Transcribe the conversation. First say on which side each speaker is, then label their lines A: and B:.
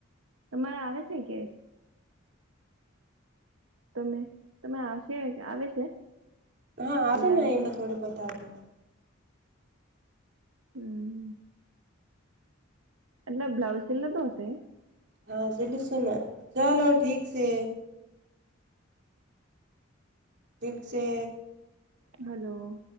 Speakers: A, on the right (about 80°); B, on the right (about 55°).
A: તમારે આવે છે કે. તમે તમે આવશે આવે છે.
B: હા આશે
A: સિલાઈ
B: નહીં મેં થોડી બતાલી.
A: હમ એટલે બ્લાઉઝ સિલર તો હશે
B: હા ચલું સીલુ છે ને ચાલો ઠીક છે ઠીક છે
A: હલો